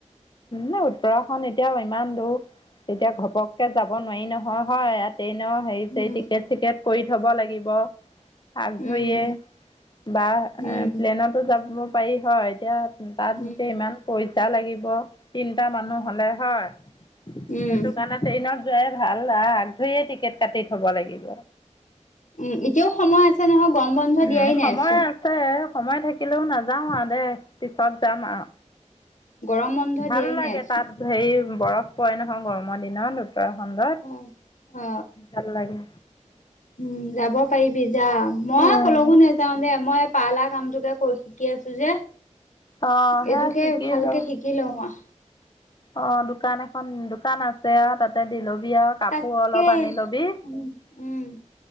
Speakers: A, on the left; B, on the left.
A: নে উত্তৰাখণ্ড এতিয়াও ইমান দূৰ, এতিয়া ঘপককে যাব নোৱাৰি নহয়, হয় এয়াত- ট্ৰেইনৰ হেৰি চেৰি
B: উম
A: টিকেট চিকেট কৰি থ'ব লাগিব। আক ধৰিয়ে
B: উম
A: বা এ
B: উম
A: প্লেনতো যাব পাৰি হয়, এতিয়া- তাত
B: উম
A: যে ইমান পইচা লাগিব তিনিটা মানুহ হ'লে হয়।
B: উম
A: সেইটো কাৰণে ট্ৰেইনত যোৱাই ভাল আ আগ ধৰিয়ে টিকেট কাটি থব লাগিব।
B: উম' এতিয়াও সময় আছ- ছে নহয় গৰম বন্ধ।
A: উম'
B: দিয়াই নাইচোন
A: সময় আছে, সময় থাকিলেও নাযাওঁ আ দে পিছত যাম আও।
B: গৰম বন্ধ
A: ভাল
B: দিয়াই
A: লাগে
B: নাইচোন
A: তাত হেই বৰফ পৰে নহয় গৰমৰ দিনত। উত্তৰাখণ্ডত,
B: অ অ
A: ভাল লাগে।
B: উম' যাব পাৰিবি যা, মই
A: উম,
B: কলওকো নেজ- যাওঁদে মই এই পাৰ্লা কামটোকে ক শিকি আছো যে।
A: অ' সেই
B: এইটোকে
A: শিকিলো।
B: ভালকে শিকি লওঁ আহ।
A: অ', দোকান এখন, দোকান আছে আৰু, তাতে দিলবি আৰু। কাপোৰ
B: তাকে
A: অলপ আনি লবি।
B: উম উম